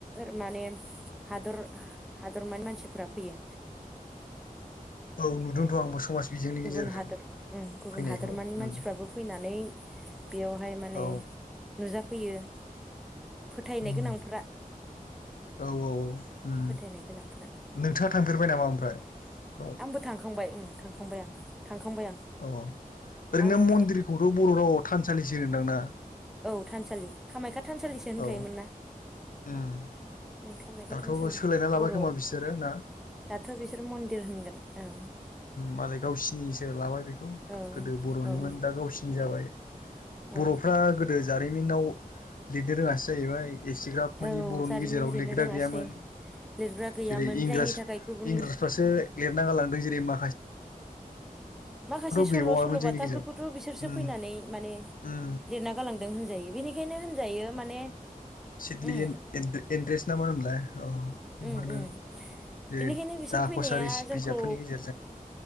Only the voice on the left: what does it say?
औ नुदोंथ' आंबो समाज बिजोंनि
गेजेरजों
फैनायखौ
उम
औ
उम
औ औ औ
नोंथाङा थांफेरबाय नामा ओमफ्राय औ
अ ओरैनो
मन्दिरखौथ' बर' रावाव थानसालिसो होनदांना
औ
उम
दाथ'
सोलायना लाबाय
खोमा बिसोरो ना
मालाय गावसिनिसो लाबाय बेखौ
गोदो बर'निमोन
दा गावसिनि जाबाय
बर'फ्रा गोदो जारिमिनाव लिरनो रोङासो जाहैबाय एसेग्राब मानानि
बर'नि
गेजेराव
लेग्रा
गैयामोन
जेरै इंराज
इंराज फासो लिरना गालांदों जेरै मा
गैबावामोन
जोंनि
गेजेराव
उम
उम
सिथलि
एन-एन-एनट्रेस नामा होनोंलाय औ बेफोरनो
जेरै
दा
कसारिस
बिजाबफोरनि गेजेर